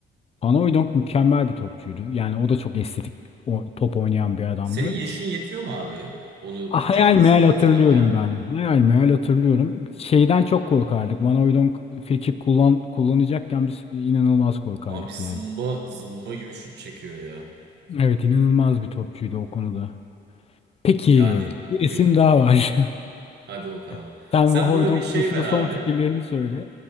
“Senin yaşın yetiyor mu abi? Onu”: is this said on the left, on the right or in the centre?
Right